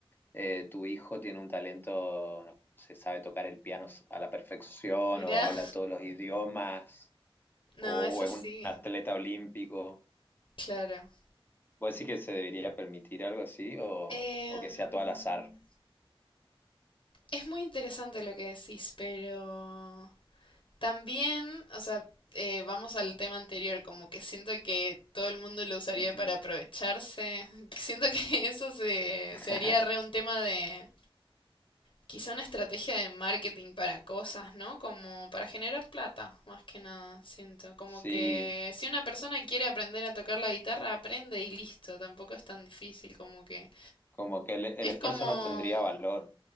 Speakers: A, on the left; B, on the left.
A: eh, tu hijo tiene un talento, no sé, sabe tocar el piano a la perfección
B: mirá.
A: o habla todos los idiomas
B: No,
A: o
B: eso
A: es
B: sí,
A: un atleta olímpico.
B: claro.
A: ¿Vos decís que se debería permitir algo así o,
B: Em,
A: o que sea todo al azar?
B: es muy interesante lo que decís, pero también, o sea, eh, vamos al tema anterior, como que siento que todo el mundo lo usaría
A: Ujú.
B: para aprovecharse. <laughs> Siento que eso se,
A: <laughs>
B: se haría re un tema de, Quizá una estrategia de marketing para cosas, ¿no? Como para generar plata, más que nada, siento. Como
A: Sí,
B: que si una persona quiere aprender a tocar la guitarra, aprende y listo. Tampoco es tan difícil como que...
A: como que el, el
B: Es
A: esfuerzo
B: como...
A: no tendría valor.